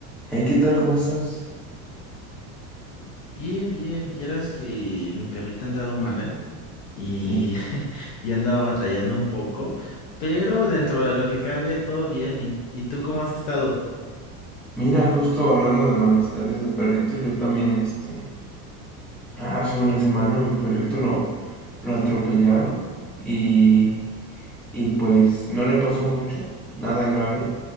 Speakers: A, in the centre; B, on the left.
A: Hey, ¿qué tal? ¿Cómo estás?
B: Bien, bien, vieras que mi perrita ha andado mala y,
A: Hijo.
B: <laughs> y ha andado batallando un poco, pero dentro de lo que cabe todo bien. ¿Y, y tú cómo has estado?
A: Mira, justo hablando de malestares de perrito, yo también, este, hace una semana mi perrito lo, lo atropellaron y, y pues no le pasó mucho, nada grave,